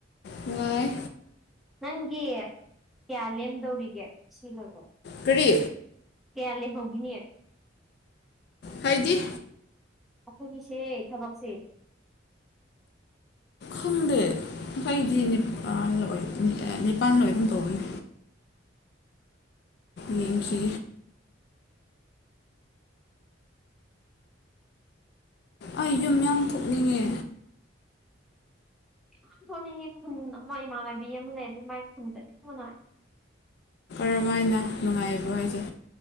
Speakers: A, on the left (about 60°); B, in the centre.
A: ꯅꯨꯡꯉꯥꯏꯌ‌ꯦ
B: ꯅꯪꯒꯤ ꯀꯌꯥ ꯂꯦꯝꯗꯧꯔꯤꯒꯦ ꯁꯤ ꯂꯣꯏ
A: ꯀꯔꯤ
B: ꯀꯌꯥ ꯂꯩꯍꯧꯒ‌ꯦꯅ‌ꯦ
A: ꯍꯥꯏꯗꯤ
B: ꯑꯩꯈꯣꯏꯒꯤꯁꯦ ꯊꯕꯛꯁꯦ
A: ꯈꯪꯗꯦ ꯑꯩꯗꯤ ꯅꯤꯄꯥꯥꯟ ꯂꯣꯏ ꯅꯤꯄꯥꯥꯟ ꯂꯣꯏ ꯒꯨꯝ ꯇꯧꯕꯅꯤ ꯌꯦꯡꯁꯤ ꯑꯩ ꯌꯨꯝ ꯌꯥꯝ ꯊꯣꯛꯅꯤꯡꯉꯦ
B: ꯌꯨꯝ ꯊꯣꯛꯅꯤꯡꯉ‌ꯦ ꯈꯨꯟ ꯑꯃ ꯏꯃꯥꯟꯅꯕꯤ ꯑꯃ ꯂꯩ ꯑꯗꯨ ꯃꯥꯏ ꯈꯨꯟ ꯆꯠꯅꯤꯡꯕꯅ
A: ꯀꯔꯝ ꯍꯥꯏꯅ ꯅꯨꯡꯉꯥꯏꯕꯔ‌ꯣ ꯍꯥꯏꯖ‌ꯦ